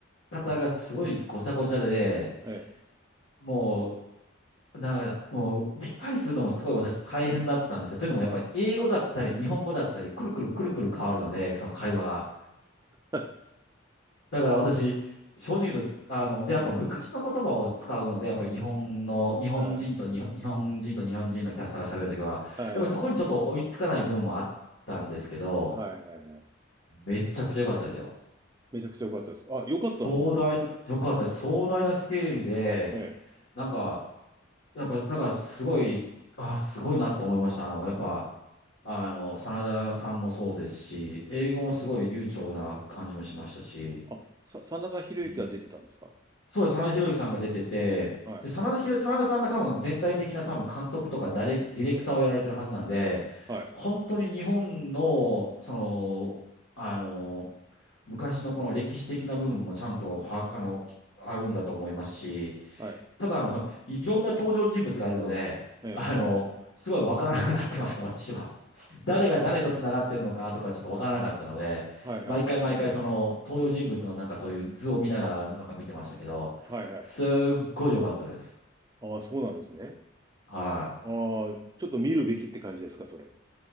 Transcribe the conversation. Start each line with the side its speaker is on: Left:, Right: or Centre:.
Left: 方がすごいごちゃごちゃで、
Right: え
Left: もう、なんか、もう理解するのもすごい私大変だったんですよ。というのもやっぱり英語だったり日本語だったり、くるくるくるくる変わるので、その会話が。
Right: え。<laughs>
Left: だから私、正直言うと、あの、で、やっぱ昔の言葉を使うので、やっぱり日本の、
Right: は
Left: 日本人と日本、日本人と日本人のキャスターが喋るときは、やっぱりそこにちょっと追いつかない部分もあったんですけど、
Right: い、はい、はい、はいはい。
Left: めちゃくちゃ良かったですよ。
Right: めちゃくちゃ良かったです。あ、良かったんですか。
Left: 壮大な、良かったです。壮大なスケールで、
Right: ええ。
Left: なんか、やっぱ、なんかすごい、あ、すごいなと思いました。あの、やっぱ、あの、真田さんもそうですし、英語もすごい流暢な感じもしましたし、
Right: あ、さ、真田広之が出てたんですか。
Left: うんそうです、真田広之さんが出てて、
Right: はい、
Left: で、真田ひろ、真田さんが多分全体的な多分監督とかダレディレクターをやられてるはずなんで、
Right: はい、
Left: 本当に日本の、その、あの、昔のこの歴史的な部分もちゃんとは、あの、あるんだと思いますし、
Right: はい、
Left: ただ、あの、<laughs> いろんな登場人物があるので、
Right: ええ。
Left: あの、すごいわからなくなってました、<laughs> 私は。誰が誰と繋がってるのかとかちょっとわからなかったので、
Right: はいはい。
Left: 毎回毎回その登場人物のなんかそういう図を見ながらなんか見てましたけど、
Right: はいはい。
Left: すっごい良かったです。
Right: ああ、そうなんですね。
Left: はい。
Right: ああ、ちょっと見るべきって感じですか、それ。